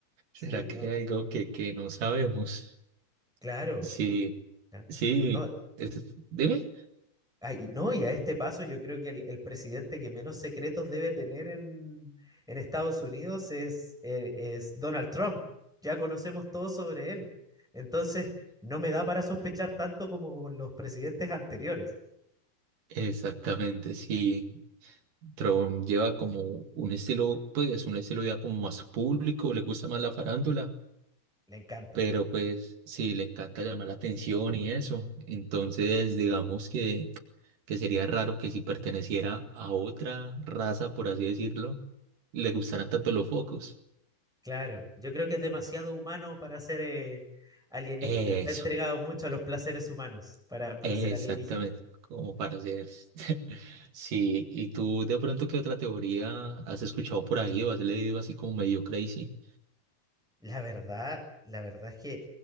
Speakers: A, in the centre; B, on the right (about 55°).
A: Sí,
B: ¿Será
A: no,
B: que hay algo que, que no sabemos?
A: claro.
B: Sí,
A: claro.
B: sí,
A: No,
B: es- dime.
A: Ay, no, y a este paso yo creo que el, el presidente que menos secretos debe tener en, en Estados Unidos es, eh, es Donald Trump. Ya conocemos todo sobre él. Entonces, no me da para sospechar tanto como con los presidentes anteriores.
B: Exactamente, sí. Tron lleva como un estilo, pues un estilo ya como más público, le gusta más la farándula,
A: Le encanta.
B: pero pues sí, le encanta llamar la atención y eso. Entonces, digamos que, que sería raro que si perteneciera a otra raza, por así decirlo, le gustaran tanto los focos.
A: Claro, yo creo que es demasiado humano para ser eh, alienígena.
B: Eso,
A: Está entregado mucho a los placeres humanos para, para
B: exactamente,
A: ser alienígena.
B: como para hacer. <laughs> Sí, ¿y tú de pronto qué otra teoría has escuchado por ahí o has leído así como medio crazy?
A: La verdad, la verdad es que